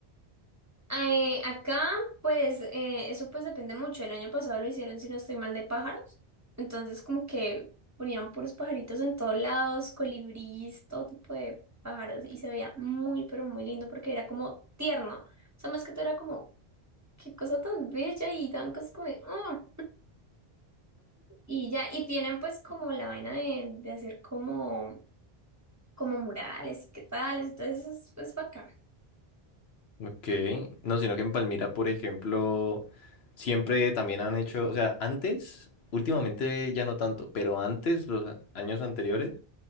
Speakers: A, on the right; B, on the left.
A: Eh, acá, pues, eh, eso pues depende mucho. El año pasado lo hicieron, si no estoy mal, de pájaros. Entonces como que ponían puros pajaritos en todos lados, colibríes, todo tipo de pájaros y se veía muy, pero muy lindo porque era como tierno. O sea, más que todo era como, qué cosa tan bella y tan cosas como de, "Oh". Y ya, y tienen pues como la vaina de, de hacer como... como murales y qué tal, entonces es, es bacán.
B: Ok, no, sino que en Palmira, por ejemplo, siempre también han hecho, o sea, antes, últimamente ya no tanto, pero antes, los a- años anteriores,